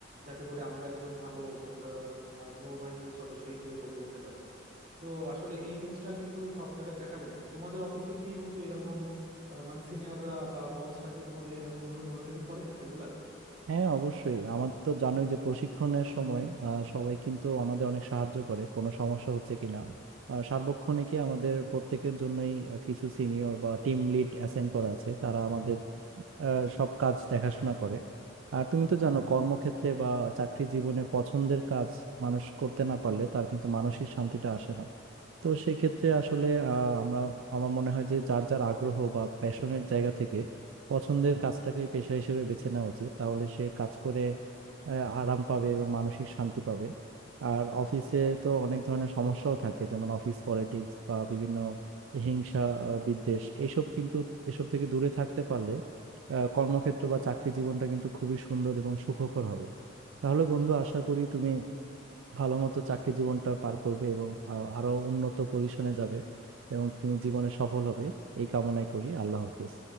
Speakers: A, on the right; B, on the right.
A: যাতে করে আমরা একজন ভালো স- তোমার নৌবাহিনী সদস্য হিসেবে গড়ে উঠতে পারি তো আসলে এই জিনিসটা কিন্তু সব জায়গায় দেখা যায় না তোমাদের অফিসে কি বন্ধু এরকম আহ, মানে সিনিয়ররা বা বসরা কি তোমাদের এরকম ভাবে মনিটরিং করেন রেগুলার
B: হ্যাঁ অবশ্যই আমাদের তো জানোই যে প্রশিক্ষণের সময় আহ, সবাই কিন্তু আমাদের অনেক সাহায্য করে কোনো সমস্যা হচ্ছে কিনা আহ, সার্বক্ষণিকই আমাদের প্রত্যেকের জন্যই আহ, কিছু সিনিয়র বা টিম লিড অ্যাসাইন করা আছে তারা আমাদের আহ, সব কাজ দেখাশোনা করে আর তুমি তো জানো কর্মক্ষেত্রে বা চাকরি জীবনে পছন্দের কাজ মানুষ করতে না পারলে তার কিন্তু মানসিক শান্তিটা আসে না তো সেক্ষেত্রে আসলে আহ, আমরা আমার মনে হয় যে যার যার আগ্রহ বা প্যাশনের জায়গা থেকে পছন্দের কাজটাকে পেশা হিসেবে বেছে নেওয়া উচিত তাহলে সে কাজ করে আহ, আরাম পাবে এবং মানসিক শান্তি পাবে আর অফিসে তো অনেক ধরনের সমস্যাও থাকে যেমন অফিস পলিটিক্স বা বিভিন্ন হিংসা আহ, বিদ্বেষ এসব কিন্তু এসব থেকে দূরে থাকতে পারলে আহ, কর্মক্ষেত্র বা চাকরি জীবনটা কিন্তু খুবই সুন্দর এবং সুখকর হবে তাহলে বন্ধু আশা করি তুমি ভালো মতো চাকরি জীবনটা পার করবে এবং আহ, আরো উন্নত পজিশনে যাবে এবং তুমি জীবনে সফল হবে এই কামনাই করি আল্লাহ হাফেজ